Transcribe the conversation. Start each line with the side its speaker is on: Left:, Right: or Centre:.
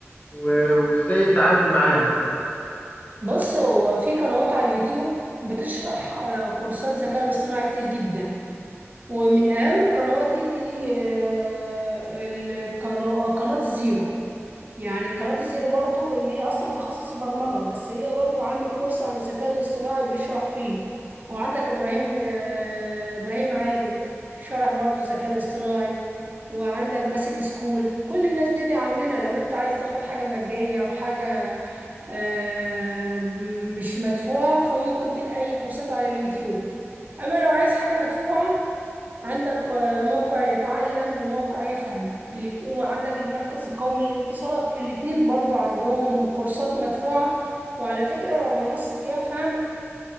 Left: و- وازاي يتعامل معاهم
Right: بص هو في قنوات على اليوتيوب بتشرح آه، كورسات ذكاء الاصطناعي كتير جدا ومن اهم القنوات دي دي آه، القنا- قناه الزيرو يعني قناة الزيرو برضو ان هي اصلا تخصص برمجة بس هي برضو عامل كورس عن الذكاء الاصطناعي بيشرح فيه وعندك ابراهيم آه، ابراهيم عادل شرح برضو الذكاء الاصطناعي وعندك باسم سكول كل الناس دي دي عاملينها لو انت عايز تاخد حاجة مجانية او حاجة آه، مش مدفوعة فممكن تلاقي اي كورسات على اليوتيوب اما لو عايز حاجة مدفوعة عندك آه، موقع يتعلم وموقع يفهم الاتنين- وعندك المركز القومي للاتصالات الاتنين برضو عندهم كورسات مدفوعة وعلى فكرة منصة يفهم